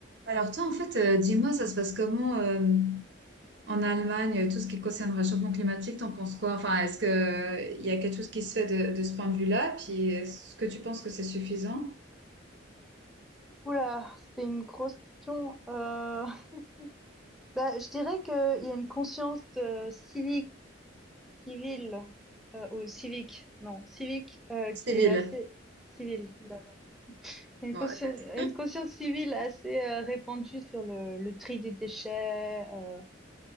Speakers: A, on the right; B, in the centre.
A: Alors toi, en fait, euh, dis-moi, ça se passe comment euh, en Allemagne, euh, tout ce qui concerne le réchauffement climatique, t'en penses quoi? Enfin, est-ce que euh, il y a quelque chose qui se fait de, de ce point de vue-là? Puis est-ce que tu penses que c'est suffisant?
B: Oula, c'est une grosse question. Euh, <laughs> bah, je dirais qu'il y a une conscience euh, civique, civile, euh, ou civique, non, civique, euh, qui
A: Civil.
B: est assez civile. non. Il y a Une
A: Ouais,
B: conscience,
A: en fait.
B: une conscience civile assez euh, répandue sur le, le tri des déchets, euh,